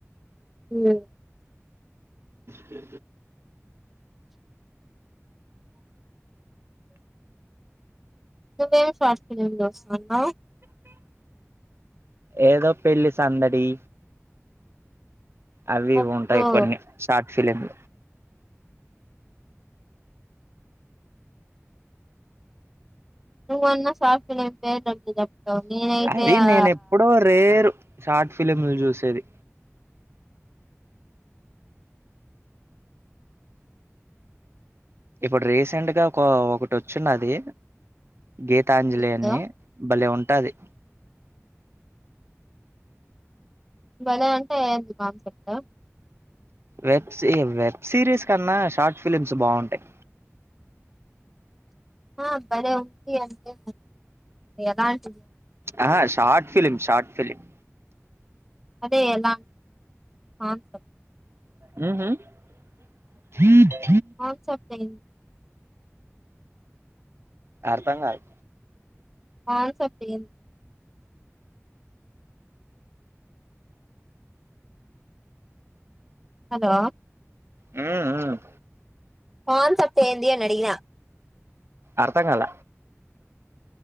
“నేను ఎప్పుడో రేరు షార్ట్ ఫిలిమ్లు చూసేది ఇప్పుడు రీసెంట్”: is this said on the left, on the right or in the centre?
Right